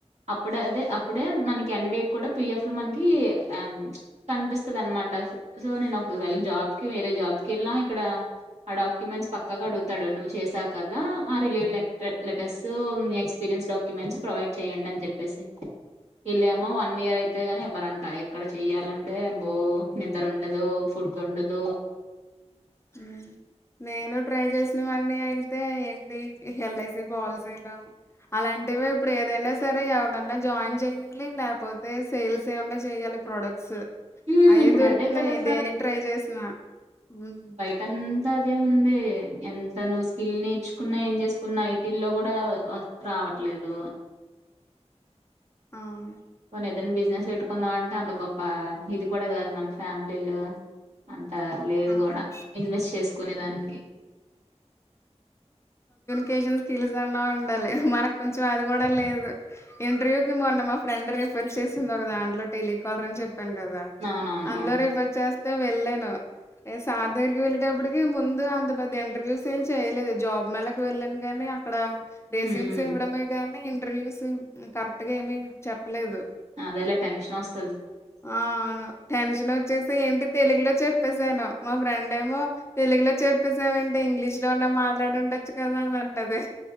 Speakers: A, on the right; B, on the left.
A: అప్పుడే అదే అప్పుడే మనకి ఎండ్ డేట్ కూడా పి ఎఫ్ లో మనకి ఆం కనిపిస్తుది అనమాట సో నేనొకవేళ జాబ్. కి వేరే జాబ్ కి వెళ్ళినా ఇక్కడ ఆ డాక్యుమెంట్స్ పక్కగా అడుగుతాడు నువ్వు చేసావు కదా ఆ relieve letters experience documents provide చెయ్యండి అని చెప్పేసి. ఈల్లేమో వన్ ఇయర్ తే గాని ఇవ్వరంటా ఇక్కడ చెయాలంటే బో నిద్దరుండదు ఫుడ్ ఉండ దు
B: ఉమ్ నేను ట్రై చేసినవన్నీ అయితే ఏంటి ఎల్ ఐ సి పాలసీలు అలాంటివి ఇప్పుడు ఏదైనా సరే ఎవరినన్నా జాయిన్ చెయ్యాలి లేకపోతే సేల్స్ ఏమన్న చెయ్యాలి ప్రోడక్ట్స్.
A: ఉమ్,
B: అయ్యే
A: ఇప్పుడు
B: దొరుకుతున్నాయి
A: అదే కదా
B: దేనికి ట్రై చేసినా ఉమ్
A: టంతా అదే ఉంది ఎంత నువ్వు. స్కిల్ నేర్చుకున్నా ఏం చేసుకున్న ఐ టీ ల్లో కూడా. వర్క్ రావట్లేదు.
B: అవును
A: పోనీ ఏదైనా బిజినెస్ పెట్టుకుందాంమటే అంత గొప్ప ఇది కూడా కాదు మన ఫ్యామిలీలో అన్ త లేదు
B: అవును
A: కూడా ఇన్వెస్ట్ చేసుకునే
B: ఉమ్,
A: దానికి.
B: కేజూస్ స్కిలుసన్నా ఉండాలి మనకు కొంచెం అది కూడా లేదు ఇంటర్వ్యూకి మొన్న మా ఫ్రెండ్ రిఫర్ చేసింది ఒక దాంట్లో టెలీకాలర్ అని చెప్ ప్పాను కదా
A: అవునవును
B: అందులో రిఫర్ చేస్ తే వెళ్ళాను ఏ సార్ దగరికి వెళ్ళేటప్పటికి ముందు అంత పెద్ద ఇంటర్వ్యూస్. ఏమ్ చేయలేదు జాబ్ మేళకి వెళ్ళాను కాగానీ అక్కడ. రెస్యూమ్స్
A: ఉమ్
B: ఇవ్వడమే గానీ. ఇంటర్వ్యూస్ కరెక్ట్ గా ఏమి చెప్పలేదు.
A: అదెలె టెన్షన్ వస్త.
B: ఆ అవును టెన్షన్ వచ్చేసి ఏంటి తెలుగులో చెప్పేసి. ను మా ఫ్రెండ్ ఏమో తెలుగులో చెప్పేసావేంటే ఇంగ్లీష్ లో ఉన్న మాట్లాడుండొచ్చు కదా అని అన్నది